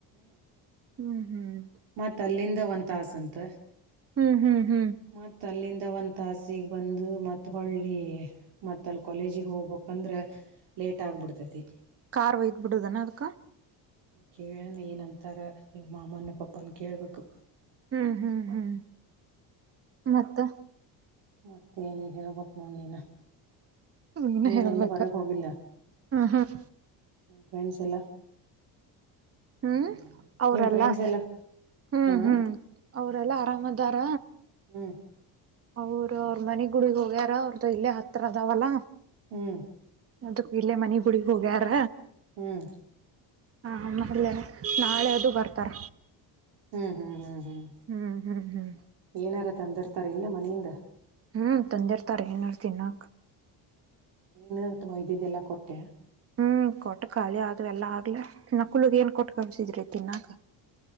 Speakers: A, on the right; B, on the right.
A: ಹ್ಮ್ ಹ್ಮ್
B: ಮತ್ಲ್ಲಿಂದ ಒಂತಾಸ ಅಂತ
A: ಹ್ಮ್ ಹ್ಮ್ ಹ್ಮ್
B: ಮತ್ತತ್ ಅಲ್ಲಿಂದ ಒಂದ ತಾಸಗ್ ಬಂದು ಮತ್ ಹೊಳ್ಳಿ ಮತ್ತ ಅಲ್ ಕಾಲೇಜಿ ಹೋಗ್ಬಕ್ಂದ್ರ ಲೇಟ್ ಆಗ್ಬಿಡ್ತೈತಿ
A: ಕಾರ್ ಒಯ್ದ್ ಬಿಡುದದಾನ ಅದ್
B: ಕೇಳನ್ ಏನಂತಾರ ಮಾಮನ ಪಾಪನ್ ಕೇಳ್ಬೇಕು
A: ಹ್ಮ್ ಹ್ಮ್ ಹ್ಮ್ ಮತ್ತ
B: ಮತ್ತೆ ಏನ ಹೇಳ್ಬಕ್ ನೋಡ್ ನೀನ
A: ನೀನ
B: ನೀನೆ
A: ಹೇಳ್ಬೇಕ
B: ಎಲ್ಲ ಹೊರಗೆ ಹೋಗಿಲ್ಲ
A: ಹ್ಮ್ ಹ್ಮ್
B: ಫ್ರೆಂಡ್ಸ್ ಎಲ್ಲ
A: ಹ್ಮ್ ಅವ್ರಲ್ಲ
B: ನಿಮ್ ಫ್ರೆಂಡ್ಸ್ ಎಲ್ಲ
A: ಹ್ಮ್
B: ಹಾ
A: ಹ್ಮ್ ಅವ್ರಲ್ಲಾ ಆರಾಮದಾರ
B: ಹ್ಮ್
A: ಅವರು ಅವ್ರ ಮನೆ ಗುಡಗ್ ಹೋಗ್ಯಾರ ಅವ್ರ್ದ ಇಲ್ಲೇ ಹತ್ರ ಅದಾವಲ್ಲ
B: ಹ್ಮ್
A: ಅದ ಇಲ್ಲೇ ಮನ ಗುಡಗ್ ಹೋಗ್ಯಾರ
B: ಹ್ಮ್
A: ಹಾ ಆಮೇಲೆ ನಾಳೆ ಅದು ಬರ್ತಾರ
B: ಹ್ಮ್ ಹ್ಮ್ ಹ್ಮ್ ಹ್ಮ್
A: ಹ್ಮ್ ಹ್ಮ್ ಹ್ಮ್
B: ಏನಾರ ತಂದಿರ್ತಾರ ಇಲ್ಲ ಮನೆಯಿಂದ
A: ಹ್ಮ್ ತಂದಿರ್ತಾರ ಏನರ್ ತಿನ್ಕ್
B: ನೀನು ತುಂಬ ಇದ್ದಿದ್ದೆಲ್ಲ ಕೊಟ್ಟೆ
A: ಹ್ಮ್ ಕೊಟ್ಟ ಕಾಲಿ ಅದು ಎಲ್ಲಾ ಆಗ್ಲ ನಕುಲುಗ್ ಏನ್ ಕೊಟ್ಟ ಕಲಿಸಿದ್ರಿ ತಿನ್ನಾಕ